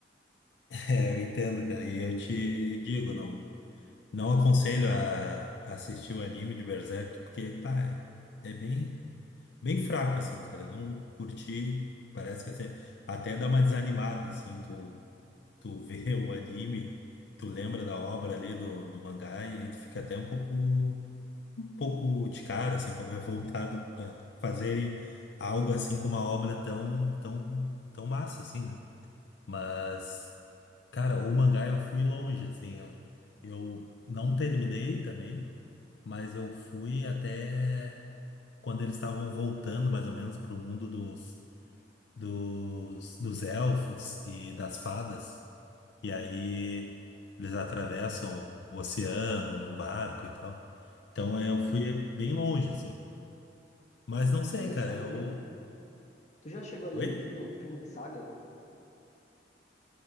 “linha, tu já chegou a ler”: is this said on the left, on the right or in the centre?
Left